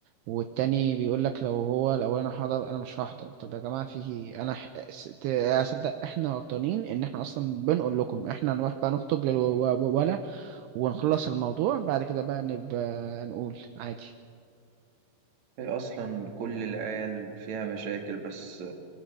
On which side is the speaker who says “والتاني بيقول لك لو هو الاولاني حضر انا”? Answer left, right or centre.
Right